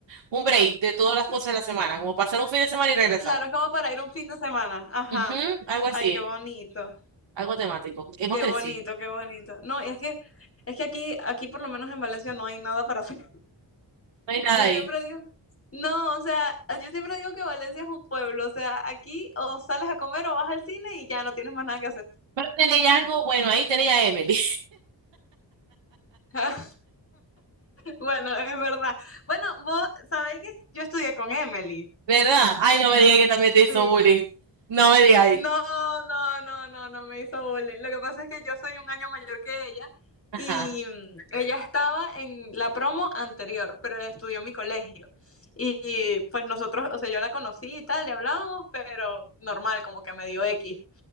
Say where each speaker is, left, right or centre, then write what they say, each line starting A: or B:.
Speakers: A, on the right; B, on the left.
A: un break de todas las cosas de la semana, como pasar un fin de semana y regresar.
B: Claro, es como para ir un fin de semana. Ajá.
A: Ujú, algo así,
B: Ay, qué bonito.
A: algo temático. Hemos
B: Qué
A: crecido.
B: bonito, qué bonito. No, y es que es que aquí aquí por lo menos en Valencia no hay nada para hacer.
A: No hay
B: <laughs>
A: nada
B: Yo
A: ahí.
B: siempre digo, no, o sea, yo siempre digo que Valencia es un pueblo, o sea, aquí o sales a comer o vas al cine y ya no tienes más nada que hacer.
A: Pero tenéis algo bueno, ahí tenéis a Emily,
B: <laughs> Bueno, es verdad. Bueno, vos sabéis que yo estudié con Emily.
A: <laughs> ¿verdad? Ay, no me digas que también te hizo
B: Sí.
A: bullying. No me digáis.
B: No, no, no, no, no me hizo bullying. Lo que pasa es que yo soy un año mayor que ella
A: Ajá.
B: y mm, ella estaba en la promo anterior, pero estudió en mi colegio. Y, y, pues nosotros, o sea, yo la conocí y tal, le hablábamos, pero normal, como que medio dio X.